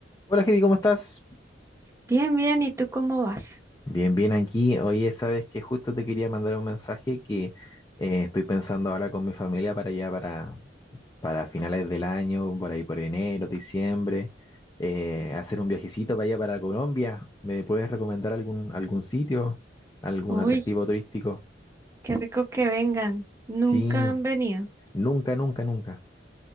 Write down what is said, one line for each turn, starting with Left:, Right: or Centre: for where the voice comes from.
Left: Hola, Heidi, ¿cómo estás?
Right: Bien, bien, ¿y tú cómo vas?
Left: Bien, bien aquí. Oye, sabes que justo te quería mandar un mensaje que eh, estoy pensando ahora con mi familia para allá, para, para finales del año, por ahí por enero, diciembre, eh, hacer un viajecito para allá para Colombia. ¿Me puedes recomendar algún, algún sitio, algún
Right: Uy,
Left: atractivo turístico?
Right: qué rico que vengan. Nunca
Left: Sí,
Right: han venido.
Left: nunca, nunca, nunca.